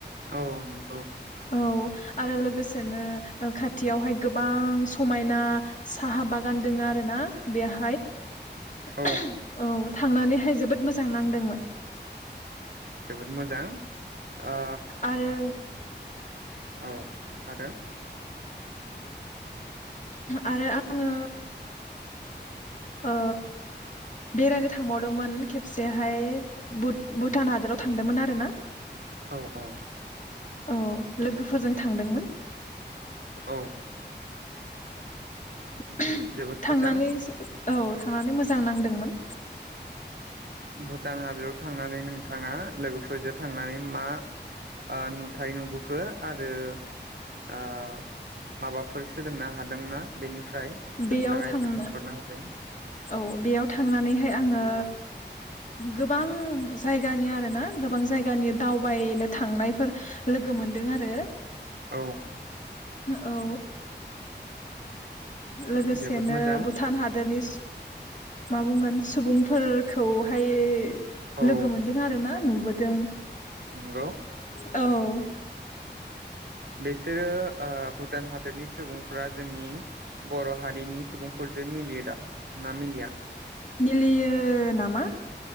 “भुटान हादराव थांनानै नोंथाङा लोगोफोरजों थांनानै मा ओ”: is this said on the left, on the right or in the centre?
Right